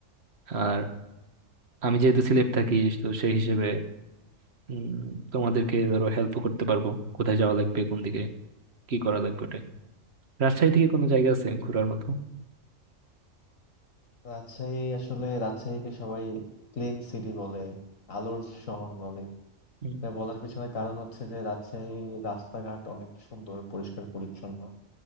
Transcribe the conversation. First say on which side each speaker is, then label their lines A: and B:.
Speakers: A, on the right; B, on the left.
A: আর আমি যেহেতু সিলেট থাকি তো সেই হিসেবে উম, তোমাদেরকে ধরো হেল্প করতে পারবো কোথায় যাওয়া লাগবে কোন দিকে কি করা লাগবে ওটাই রাজশাহী থেকে কোনো জায়গা আছে ঘোরার মতো
B: রাজশাহী আসলে রাজশাহীকে সবাই ক্লিন সিটি বলে আলোর শহর বলে
A: হুম,
B: তা বলার পিছনে কারণ হচ্ছে যে রাজশাহী রাস্তাঘাট অনেক সুন্দর পরিষ্কার পরিচ্ছন্ন